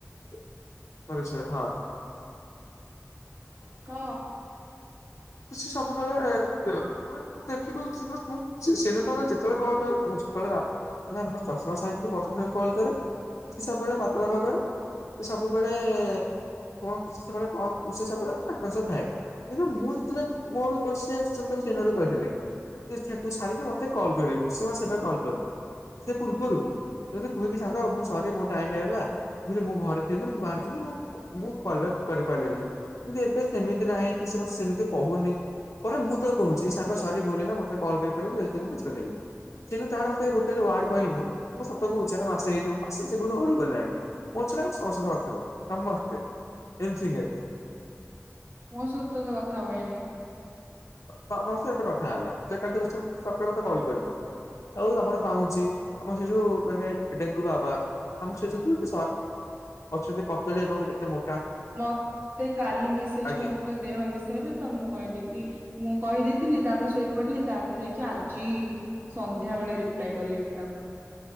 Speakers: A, on the left (about 80°); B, on the right (about 45°).
A: ସ ସରି ସରି ହଁ।
B: କ।
A: ତ ସେ ସବୁବେଳେ ତ ମାନେ ମୁଁ ଦେଖି ଦଉଚି ସମସ୍ତଙ୍କୁ ସେ ସେ ଯେତେବେଳେ <unintelligible> କଲ୍ କରିବ ମୁଁ <unintelligible> ପ୍ରଶାନ୍ତ ସାର୍ ଙ୍କୁ କଲ୍ କରେ। ସେ ସବୁବେଳେ <unintelligible> ସେ ସବୁବେଳେ <unintelligible> ସେ ସବୁବେଳେ ତାଙ୍କ ସହିତ ଥାଏ, ଏ ଯୋଉ ମୁଁ <unintelligible> ସେଦିନ କହିଥିଲେ ଯେ ତାକୁ ସାରିକି ମତେ କଲ୍ କରିବୁ ସେ <unintelligible> କଲ୍ କରିବୁ ସେ ପୂର୍ବରୁ ସେ ମତେ କୁହେକି ସାଙ୍ଗ ମୁଁ ସରି ମୋ ଟାଇମ ହେଇଗଲା ମୁଁ ଘରେ ଥିଲି ମୁଁ ବାହାରେ ଥିଲି, ମୁଁ କଲ୍ ବ୍ୟାକ କରିପାରିଲେନି କିନ୍ତୁ ଏବେ ସେମିତି ନାହିଁ କି ସେ ମତେ ସେମିତି କହୁନି। ତା ପରେ ମୁଁ ତାକୁ କହୁଛି ସାଙ୍ଗ ସରି ଭୁଲ ହେଲା ମୁଁ ତତେ କଲ କରିପାରିଲିନି। ଯେହେତୁ ମୁଁ ବେସ୍ତ ଥିଲି। ସେ ତ ତାର ମତେ ଗୋଟେ ହେଲେ ୱାର୍ଡ କହନି ମୁ ସତ କହୁଛି ହେ ମାସେ ହେଇଯିବ। ସେ ଯେବେଠୁ ଘରକୁ ଆଇଲାଣି। ସେ ନାଇଁ ସମସ୍ତଙ୍କ କଥା ହଉଛି ସମସ୍ତେ ଏନି ଥିଙ୍ଗ ଏଲ୍ସ।
B: ମୁଁ ସତ <unintelligible> କଥା ହୁଏନି।
A: ତ ଏବେ ସେ କଥା ହେଲା ସେ କାଲି ସକାଳେ ମତେ କଲ କରିବନି। ଆଉ ଆମର ପାଉଞ୍ଜି ଆମର ସେ ଯୋଉ ମାନେ ଡେଙ୍କୁ ବାବା ଆମର ସେ ଦୁଇଟି ଅଛନ୍ତି ପତଳି ଏବଂ ଟିକେ ମୋ
B: ମତେ କାଲି ମେସେଜ
A: ଆଜ୍ଞା
B: କରିଥିଲା ଦେହ ବିଷୟରେ ତ ମୁଁ କହିଲି କି ମୁଁ କହିଦେଇଥିଲି ତାପରେ ଶୋଇପଡିଲି ତାପରେ ଯାଇକି ଆଜି ସନ୍ଧ୍ୟା ବେଳେ ରିପ୍ଲାଏ କଲି ମୁଁ ତାଙ୍କୁ।